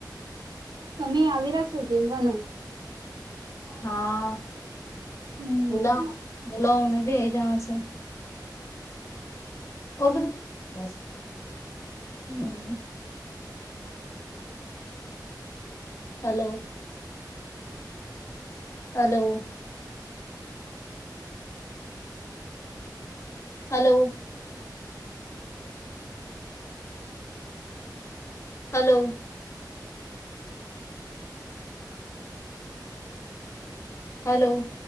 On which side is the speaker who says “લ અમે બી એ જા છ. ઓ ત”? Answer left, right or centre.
Left